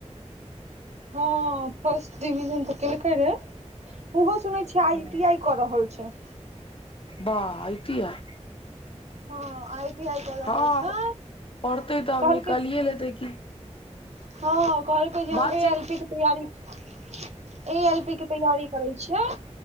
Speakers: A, on the right (about 65°); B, on the left (about 50°).
A: हां फर्स्ट डिविजन त केलकैये, इहो सुनै छै आई
B: हे
A: टी आइ कऽ रहल छै
B: वाह आई टी आई
A: हां, आइ टी आइ क रहल
B: हँ
A: छै,
B: पढ़तै तऽ आब
A: कहलकै
B: निकालिए लेतै की
A: हँ कहलकै जे हम
B: बात
A: ए
B: छै
A: एल पी कऽ तैयारी ए एल पी के तैयारी करै छियै